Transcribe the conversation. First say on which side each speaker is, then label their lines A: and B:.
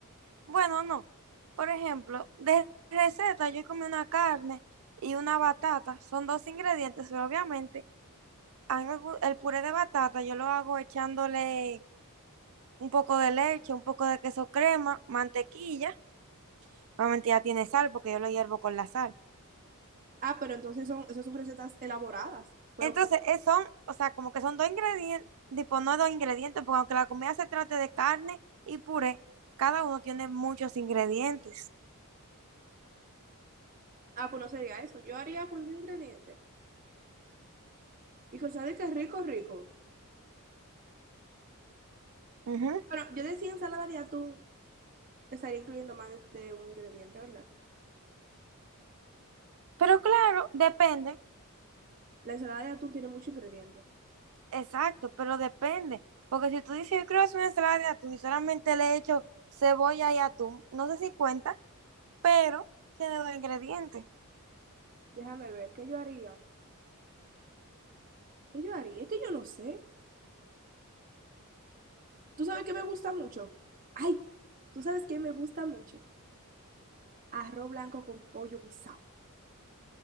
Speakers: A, on the right; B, on the right.
A: bueno, no. Por ejemplo, de receta yo comí una carne y una batata, son dos ingredientes, pero obviamente a mí me gu- el puré de batata yo lo hago echándole un poco de leche, un poco de queso crema, mantequilla. Obviamente ya tiene sal porque yo lo hiervo con la sal.
B: Ah, pero entonces son, esas son recetas elaboradas. Pero,
A: Entonces,
B: con-
A: eh, son, o sea, como que son dos ingredientes, tipo, no dos ingredientes, porque aunque la comida se trate de carne y puré, cada uno tiene muchos ingredientes.
B: ah, pues no sería eso. Yo haría con un ingrediente. Y que sabe que es rico, rico.
A: Ujú.
B: Bueno, yo decía ensalada de atún, estaría incluyendo más de, de un ingrediente, ¿verdad?
A: Pero claro, depende,
B: La ensalada de atún tiene muchos ingredientes.
A: exacto, pero depende. Porque si tú dices, yo quiero hacer una ensalada de atún y solamente le echo cebolla y atún, no sé si cuenta, pero tiene dos ingredientes.
B: Déjame ver, ¿qué yo haría? ¿Qué yo haría? Es que yo no sé. ¿Tú sabes qué me gusta mucho? Ay, ¿tú sabes qué me gusta mucho? Arroz blanco con pollo guisado.